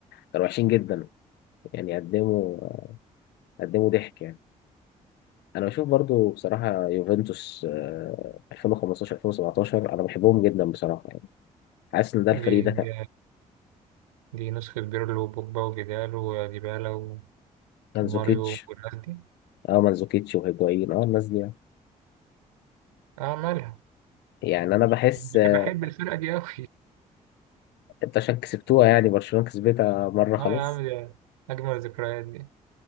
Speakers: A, on the left; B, on the right.
A: كانوا وحشين جدا يعني قدموا قدموا ضحك يعني انا بشوف برضو بصراحه يوفنتوس آه، 2015 2017 انا بحبهم جدا بصراحه يعني حاسس ان ده الفريق
B: دي
A: ده كان
B: دي, دي نسخة بيرلو وبوجبا وجدال وديبالا و-
A: مانزوكيتش
B: وماريو والناس دي
A: اه مانزوكيتش وهيجوايين اه الناس دي يعني
B: اه مالها
A: يعني انا بحس
B: بحب
A: آه،
B: بحب الفرقة دي أوي
A: انت عشان كسبتوها يعني برشلونه كسبتها
B: <laughs>
A: مره خلاص
B: اه يا عم دي أجمل الذكريات دي